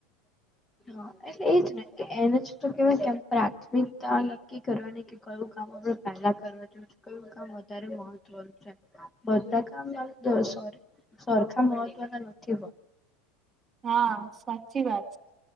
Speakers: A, on the left; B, on the right.
A: હા એટલે એજ ને કે એને જ તો કે કેમ પ્રાથમિકતા નકી કરવાની કે કયું કામ આપડણે પહેલા કરવા જેવું છે કયું કામ વધારે મહત્વનું છે. બધાકા સર સરખા મહત્વના નથી બ
B: હા સાચી વાત